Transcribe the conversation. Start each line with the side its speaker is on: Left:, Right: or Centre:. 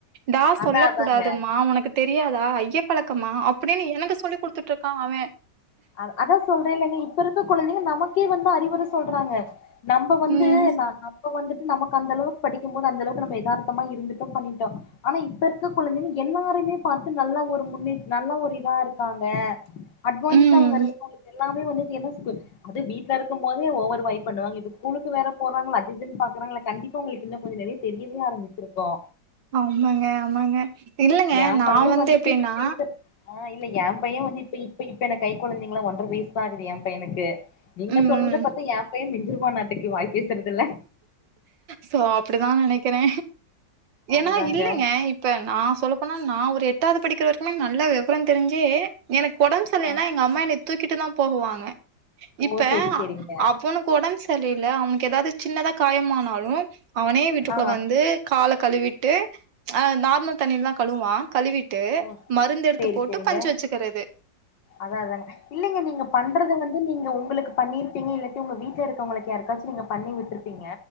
Right: டா
Left: அதா
Right: சொல்லக்கூடாது
Left: அதாங்க
Right: மா ஒனக்குத் தெரியாதா ஐய பழக்கமா அப்படின்னு எனக்கு சொல்லி குடுத்துட்ருக்கா அவ
Left: அத அதா சொல்றே இல்லைங்க இப்ப இருக்கற கொழந்தைங்க நமக்கே வந்து அறிவுர சொல்றாங்க நம்ம வந்து
Right: ம்
Left: நானா நம்ம வந்துட்டு நமக்கு அந்தளவுக்கு படிக்கும்போது அந்தளவுக்கு நம்ம ஏதார்த்தமா இருந்துட்டோ பண்ணிட்டோ ஆனா இப்பருக்க கொழந்தைங்க எல்லாரையுமே பாத்து நல்லா ஒரு முன்னே நல்ல ஒரு இதா இருக்காங்க அட்வான்ஸா
Right: ம்
Left: அவங்க இருக்கு அவங்களுக்கு எல்லாமே வந்துட்டு என்ன சொல்ற அது வீட்ல இருக்கும் போதே ஓவர் வைப் பண்ணுவாங்க இப்ப ஸ்கூலுக்கு வேற போறாங்களா அதுஇதுனு பாக்குறாங்களா கண்டிப்ப அவுங்களுக்கு இன்னு கொஞ்ச நெறைய தெரியவே ஆரம்பிச்சிருக்கோ
Right: ஆமாங்க ஆமாங்க இல்லங்க
Left: ஏ
Right: நா
Left: பைய
Right: வந்து
Left: வந்துட்டு
Right: எப்டின்னா
Left: இன்னு பேசுறது இல்ல ஏ பைய வந்து இப்போ இப்ப இப்ப என்க்கு கை கொழந்தைங்க தா ஒன்ற வயசுதா ஆகுது ஏ பையனுக்கு நீங்க
Right: ம்
Left: சொல்றத பாத்தா ஏ பைய மின்ஞ்சிறுவனட்டாக்கு வாய் பேசுறதுல
Right: சோ அப்படித்தா நெனைக்கிறே
Left: அதுதாங்க
Right: ஏன்னா இல்லைங்க இப்ப நா சொல்லப்போனா நா ஒரு எட்டாவது படிக்கிற வரைக்குமே நல்ல வெவர தெரிஞ்சே எனக் ஒடம்பு சரி
Left: ஆ
Right: இல்லனா எங்கம்மா என்ன தூக்கிட்டு தா போகுவாங்க இப்ப
Left: ஓ செரி செரிங்க
Right: அவனுக்கு ஒடம்பு சரில்லல அவனு எதாவது சின்னதா காயமானாலு அவனே வீட்டுக்குள்ள
Left: ஆ
Right: வந்து கால கழுவிட்டு ஆ நார்மல் தண்ணிலதா கழுவா கழுவி ட்டு
Left: ஓ
Right: மருந்து எடுத்து
Left: செரி
Right: போட்டு
Left: செரிங்க
Right: பஞ்சு வச்சுக்கிறது
Left: அதா அதாங்க இல்லைங்க நீங்க பண்றது வந் இல்ல நீங்க உங்களுக்கு பண்ணி இருப்பீங்க இல்லாடி உங்க வீட்டுல இருக்க வங்களுக்கு யாருக்காச்சு நீங்க பண்ணி விட்ருப் பிங்க